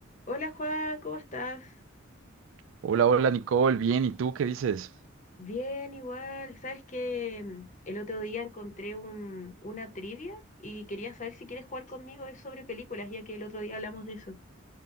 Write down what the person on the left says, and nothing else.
Hola Juan, ¿cómo estás?
Bien, igual. Sabes que el otro día encontré un, una trivia y quería saber si quieres jugar conmigo. Es sobre películas, ya que el otro día hablamos de eso.